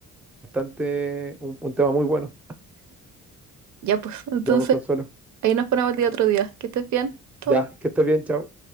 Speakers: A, in the centre; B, on the right.
A: bastante, un, un tema muy bueno.
B: Ya pues, entonces
A: Ya, por Consuelo.
B: ahí nos ponemos el día otro día. Que estés bien. Chau.
A: Ya, que estés bien, chao.